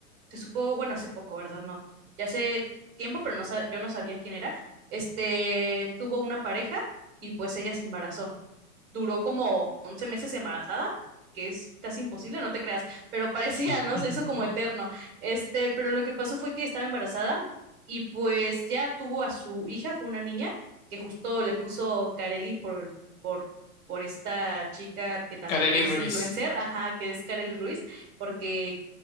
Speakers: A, on the right (about 50°); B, on the left (about 55°).
A: se supo, bueno, hace poco, ¿verdad? No, ya hace tiempo, pero no, sa- yo no sabía quién era. Este tuvo una pareja y pues ella se embarazó duró como 11 meses embarazada, que es casi imposible, no te creas, pero <laughs> parecía,
B: <laughs>
A: ¿no? Se hizo como eterno. Este, pero lo que pasó fue que estaba embarazada y pues ya tuvo a su hija, fue una niña, que justo le puso Carelli por, por, por esta chica que también
B: Kareli
A: es
B: Ruiz.
A: influencer, ajá, que es Carelli Ruiz, porque